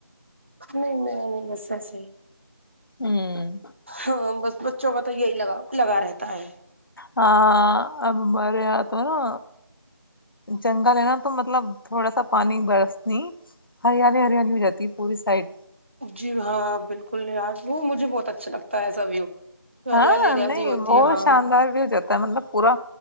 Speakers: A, on the right; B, on the left.
A: نہیں میں نہیں بساس ہی
B: ہوں
A: ہاں ب بچوں کا تو یہی لگا لگا رہتا ہے
B: ہاں اب ہمارے یہاں تو نا جنگل ہے نا تو مطلب تھوڑا سا پانی برس نہیں ہریالی ہریالی ہو جاتی ہے پوری سائڈ
A: جی ہاں بالکل وہ مجھے بہت اچھا لگتا ہے ایسا ویو ہریالی
B: ہاں
A: ہریالی
B: نہیں
A: ہوتی
B: بہت
A: ہے ہاں
B: شاندار بھی ہو جاتا مطلب پورا